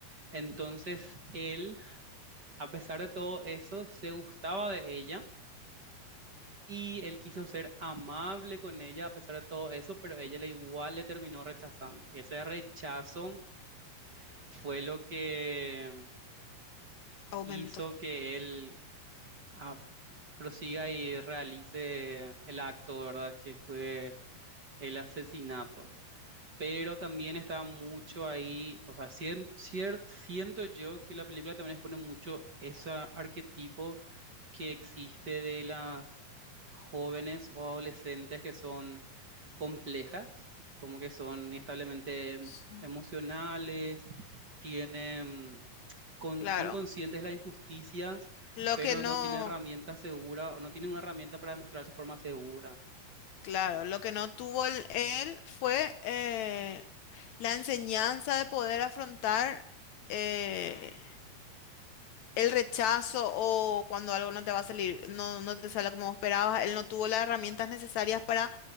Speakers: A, on the right; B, on the left.
A: Entonces él, a pesar de todo eso, se gustaba de ella. Y él quiso ser amable con ella a pesar de todo eso, pero ella le igual le terminó rechazando. Y ese rechazo fue lo que
B: Aumento.
A: hizo que él ah, prosiga y realice el acto, ¿verdad? Que fue el asesinato pero también está mucho ahí, o sea, sien- cier- siento yo que la película también expone mucho ese arquetipo que existe de las jóvenes o adolescentes que son complejas, como que son establemente em-
B: Sí.
A: emocionales, tienen, con-
B: Claro,
A: son conscientes de las injusticias,
B: lo
A: pero
B: que no,
A: no tienen herramientas seguras o no tienen una herramienta para demostrar su forma segura.
B: claro, lo que no tuvo el- él fue eh, la enseñanza de poder afrontar eh, el rechazo o cuando algo no te va a salir, no, no te sale como vos esperabas, él no tuvo las herramientas necesarias para